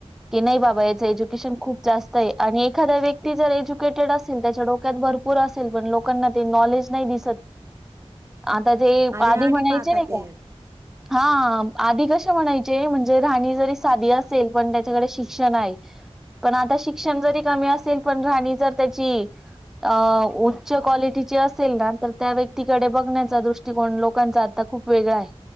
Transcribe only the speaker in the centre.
की नाही बाबा वयाच एज्युकेशन खूप जास्त आहे आणि एखादा व्यक्ती जर एज्युकेटेड अस <unintelligible> त्याच्या डोक्यात भरपूर असेल पण लोकांना ते नॉलेज नाही दिसत. आता ते आधी
म्हणायचे
नाही
का हा आधी कसे म्हणायचे म्हणजे राहणी जरी साधी असेल पण त्याच्याकडे शिक्षण आहे. पण आता शिक्षण जरी कमी असेल पण राहणी जर त्याची अ उच्च क्वालिटीची असेल ना तर त्या व्यक्तीकडे बघण्याचा दृष्ट ष्टिकोन लोकांचा आता खूप वेगळा आहे.